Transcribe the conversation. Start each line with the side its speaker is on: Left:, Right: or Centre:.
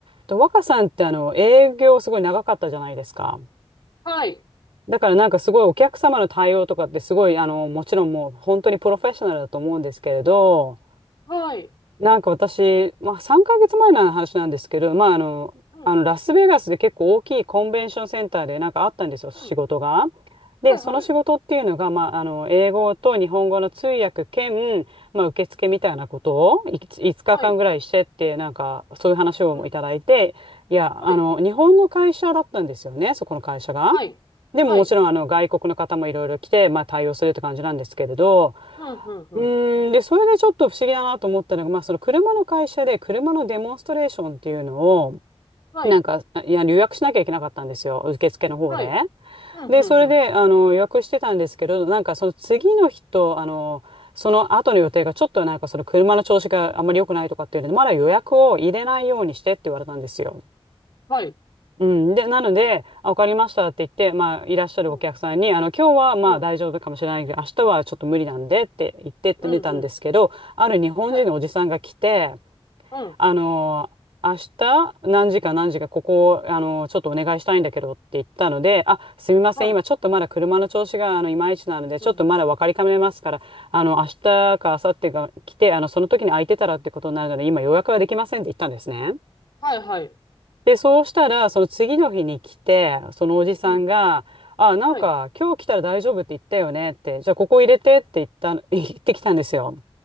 Right: と、若さんってあの、営業すごい長かったじゃないですか。
Left: はい。
Right: だからなんかすごいお客様の対応とかってすごい、あの、もちろんもう本当にプロフェッショナルだと思うんですけれど、
Left: はい。
Right: なんか私、まあ、3ヶ月前の話なんですけど、まあ、あの、
Left: うん。
Right: あのラスベガスで結構大きいコンベンションセンターでなんかあったんですよ、仕事が。
Left: うん。
Right: で、
Left: はい。
Right: その仕事っていうのが、まあ、あの英語と日本語の通訳兼、まあ、受付みたいなことをいつ5日間ぐらいしてって、
Left: はい。はい。
Right: なんかそういう話をいただいて、
Left: うん。
Right: いや、
Left: はい。
Right: あの日本の会社だったんですよね、そこの会社が。
Left: はい。
Right: でももちろんあの外国の方もいろいろ来て、
Left: はい。
Right: まあ、対応するって感じなんですけれど、
Left: うん。うん。うん。
Right: うーん、で、それでちょっと不思議だなと思ったのが、まあ、その車の会社で車のデモンストレーションっていうのを、
Left: はい。
Right: なんか、いや、予約しなきゃいけなかったんですよ、受付の方で。
Left: はい。うん。
Right: で、
Left: うん。
Right: それで、
Left: うん。
Right: あの、予約してたんですけど、なんかその次の日と、あの、その後の予定がちょっとなんかその車の調子があんまり良くないとかっていうので、まだ予約を入れないようにしてって言われたんですよ。
Left: はい。
Right: うん、で、なので、あ、わかりましたって言って、まあ、いらっしゃるお客さんに、
Left: うん。
Right: あの、今日はまあ大丈夫かもしれないけど、
Left: うん。
Right: 明日はちょっと無理なんでって言ってって寝たんですけど、
Left: うん。うん。
Right: ある日本人のおじさんが来て、
Left: はい。うん。
Right: あの、明日何時か何時かここ、あの、ちょっとお願いしたいんだけどって言ったので、あ、すみません、
Left: はい。
Right: 今ちょっとまだ車の調子があのいまいちなので、
Left: うん。
Right: ちょっとまだ分かりかねますから、あの、明日か明後日が来て、あの、その時に空いてたらってことになるので、今予約はできませんって言ったんですね。
Left: はい。はい。
Right: で、そうしたら、その次の日に来て、そのおじさんが、
Left: うん。
Right: あ、なんか、
Left: はい。
Right: 今日来たら大丈夫って言ったよねって、じゃあここ入れてって言った <laughs> 言ってきたんですよ。